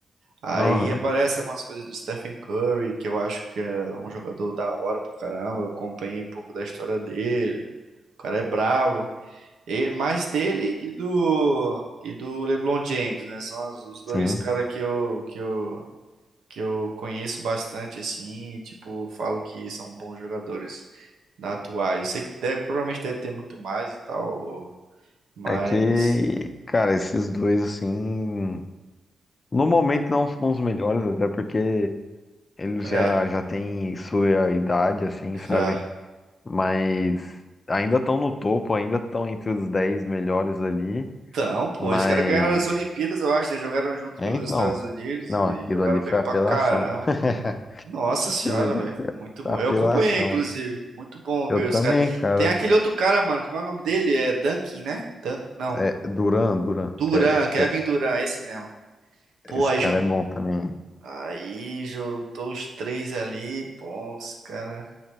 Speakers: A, on the right; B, on the left.
A: Aí
B: Aham,
A: aparece algumas coisas do Stephen Curry, que eu acho que é um jogador da hora pra caramba. Eu acompanhei um pouco da história dele. O cara é bravo. E mais dele e do e do LeBron James, né? São os, os dois
B: sim.
A: caras que eu que eu que eu conheço bastante assim, e, tipo, falo que são bons jogadores na atuais. Eu sei que deve- provavelmente deve ter muito mais e tal, mas
B: É que, cara, esses dois assim No momento não são os melhores, até porque eles
A: é,
B: já, já têm sua idade, assim,
A: já
B: sabe? Mas ainda estão no topo, ainda estão entre os 10 melhores ali.
A: Então, pô,
B: Mas.
A: os caras ganharam as Olimpíadas, eu acho, né? Jogaram junto
B: É
A: pelos
B: então.
A: Estados Unidos
B: Não,
A: e
B: aquilo
A: jogaram
B: ali foi
A: bem
B: apelação.
A: pra caramba.
B: <laughs>
A: Nossa
B: Aquilo
A: senhora,
B: ali
A: velho,
B: foi
A: muito bom.
B: apelação.
A: Eu acompanhei, inclusive. Muito bom
B: Eu
A: ver
B: também,
A: os caras.
B: cara.
A: Tem aquele outro cara, mano, como é o nome dele? É Duncan, né? Dan- Não,
B: É, Duran, Duran,
A: Duran,
B: que, é- que
A: Kevin
B: é-
A: Duran, esse mesmo.
B: esse
A: Pô, aí,
B: cara
A: jun...
B: é bom também.
A: aí juntou os três ali, pô, os caras.